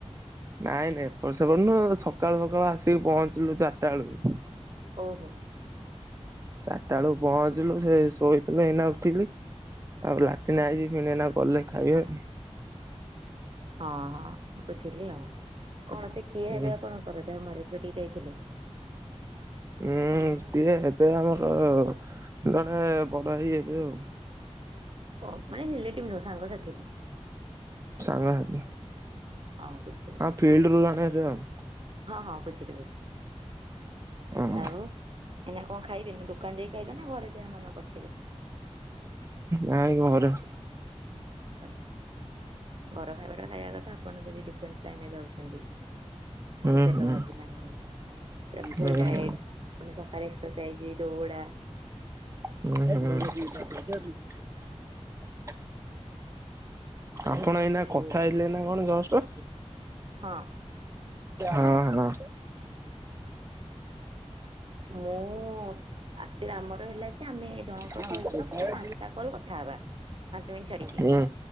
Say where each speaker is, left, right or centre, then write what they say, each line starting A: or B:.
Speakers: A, on the right; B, on the right.
A: ନାଇଁ ନାଇଁ ଏପଟ ସେପଟ ନୁଅ ସକାଳୁ ସକାଳୁ ଆସିକି ପହଞ୍ଚିଲୁ ଚାର୍ ଟା ଳୁ କୁ
B: ଓହୋ
A: ଚାରିଟା ଆଳକୁ ପହଞ୍ଚିଲୁ ସେ। ଶୋଇଥିଲି ଏଇନା ଉଠିଲି ତାପରେ ଲାଟିନ୍ ଆଇଛି ଫିଣି ଏଇନା। କଲେ ଖାଇବା।
B: ହଁ ହଁ ବୁଝିଲି ଆଉ। କଣ ସେ କିଏ
A: ଉଁ
B: ହେବେ ଆପଣଙ୍କର ଯାହାର ମ୍ୟାରେଜ୍ ଘଟିକି ଯାଇଥିଲେ।
A: ଉଁ ସିଏ ହେବେ ଆମର ଜଣେ ବଡ ଭାଇ ହେବେ ଆଉ।
B: ଓ ମାନେ ରିଲେଟିଭ ନୁହ ସାଙ୍ଗ ସାଥିରେ।
A: ସାଙ୍ଗ ସାଥୀ।
B: ହଁ ବୁଝିଲି
A: ହଁ ଫିଲ୍ଡରୁ ଜଣେ ହେବେ ଆଉ।
B: ହଁ ହଁ ବୁଝିଲି ବୁଝିଲି
A: ହଁ
B: ଆଉ ଏଇନା କଣ ଖାଇବେ ନା ଦୋକାନ ଯାଇ ଖାଇବେ ନା ଘରେ ଯାହା ମାମା କରିଥିବେ। <inaudible>
A: ନାଇଁ ଘରେ।
B: ଘରେ ଘର ଖାଇବା। ତ ଖାଇବା କଥା ଆପଣ ଯଦି ଡିଫେନ୍ସ ଲାଇନ ରେ ଯାଉଛନ୍ତି।
A: ହୁଁ
B: ଏଠି ତେଲ
A: ହୁଁ
B: ଭାଜି ନାହିଁ ପୁରା ଫୁଲ୍
A: ହୁଁ
B: ଡାଏଟ।
A: ହୁଁ।
B: ପୁଣି ସକାଳେ ଏକ୍ସରସାଇଜ ଦୋଉଡା।
A: ଉଁ ହୁଁ। ଆପଣ ଏଇନା କଥା ହେଇଥିଲେ ନା କଣ ଜଷ୍ଟ।
B: ଆଉ
A: ହଁ ହଁ।
B: ମୁଁ ଆକଚୁଆଲି ଆମର ହେଲା ଯେ ଆମେ। ଜଣଙ୍କ
A: ହୁଁ
B: ସହିତ
A: ହୁଁ ହୁଁ
B: ପାଞ୍ଚଟା କଲ୍ କଥା ହେବା। ପାଞ୍ଚ ମିନିଟ ଛାଡିକି
A: ହୁଁ ହୁଁ।